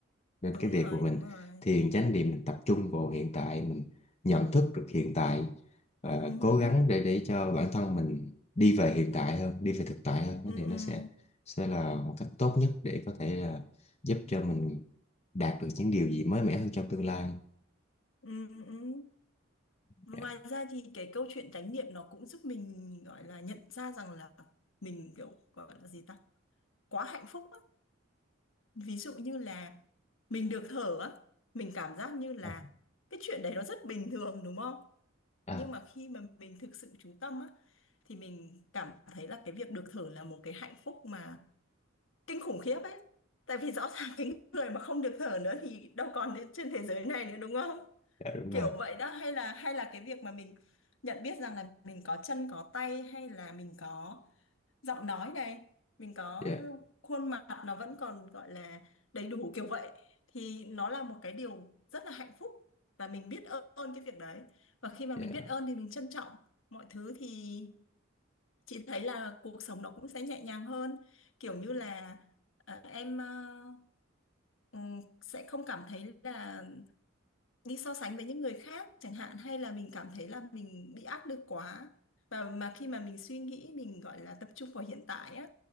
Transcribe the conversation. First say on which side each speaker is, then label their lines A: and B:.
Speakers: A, on the left; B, on the left.
A: nên
B: đúng
A: cái việc
B: rồi,
A: của mình
B: đúng rồi.
A: thiền chánh niệm mình tập trung vào hiện tại mình nhận thức được hiện tại và
B: Ừ.
A: cố gắng để để cho bản thân mình đi về hiện tại hơn đi về thực tại hơn
B: Ừ,
A: thì
B: ừ,
A: nó sẽ sẽ là một cách tốt nhất để có thể là giúp cho mình đạt được những điều gì mới mẻ hơn trong tương lai
B: ừ, ừ. ừ. Và
A: Dạ.
B: Ngoài ra thì cái câu chuyện chánh niệm nó cũng giúp mình gọi là nhận ra rằng là mình kiểu gọi là gì ta quá hạnh phúc á. Ví dụ như là mình được thở á, mình cảm giác như là
A: Ờ,
B: cái chuyện đấy nó rất bình thường đúng không?
A: à
B: Nhưng mà khi mà mình thực sự chú tâm á thì mình cảm thấy là cái việc được thở là một cái hạnh phúc mà kinh khủng khiếp ấy. Tại vì rõ ràng <laughs> cái người mà không được thở nữa thì đâu còn trên thế giới này nữa đúng không?
A: Dạ đúng
B: kiểu
A: rồi.
B: vậy đó hay là hay là cái việc mà mình nhận biết rằng là mình có chân có tay hay là mình có giọng nói này mình có
A: Dạ,
B: khuôn mặt nó vẫn còn gọi là đầy đủ kiểu vậy thì nó là một cái điều rất là hạnh phúc và mình biết ơn cái việc đấy và khi mà
A: dạ.
B: mình biết ơn thì mình trân trọng mọi thứ thì chị thấy là cuộc sống nó cũng sẽ nhẹ nhàng hơn kiểu như là ờ, em ờ, ừ, sẽ không cảm thấy là đi so sánh với những người khác chẳng hạn hay là mình cảm thấy là mình bị áp lực quá và mà khi mà mình suy nghĩ mình gọi là tập trung vào hiện tại á